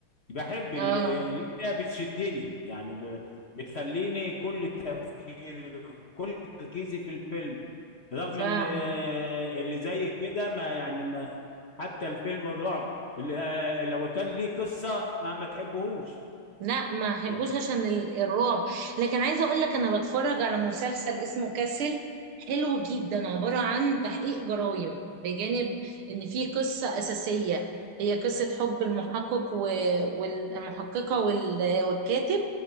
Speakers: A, on the left; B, on the right.
A: بحب
B: اه
A: ال- اللي هي بتشدني يعني ب- بتخليني كل تفكير كل تركيزي في الفيلم رغم
B: فاهمه
A: ان آه، اللي زي كده ما يعني ما حتى الفيلم الرعب اللي آه، لو كان ليه قصة ما ما تحبهوش
B: لا ما احبوش
A: يعني.
B: عشان ال- الرعب لكن عايزه اقول لك انا بتفرج على مسلسل اسمه كاسل حلو جدا عباره عن تحقيق جرائم بجانب ان في قصه اساسيه هي قصه حب المحقق و- والمحققه وال- والكاتب